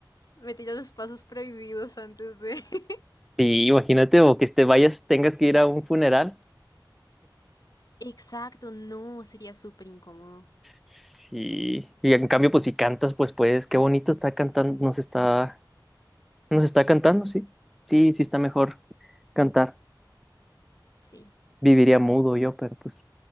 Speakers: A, on the left; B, in the centre.
A: Me tira los pasos prohibidos antes de... <laughs>
B: Sí, imagínate, o que te vayas, tengas que ir a un funeral.
A: Exacto, no, sería súper incómodo.
B: Sí. Y en cambio, pues si cantas, pues pues, qué bonito está cantando, nos está, nos está cantando, sí. Sí, sí está mejor cantar.
A: Sí.
B: Viviría mudo yo, pero pues.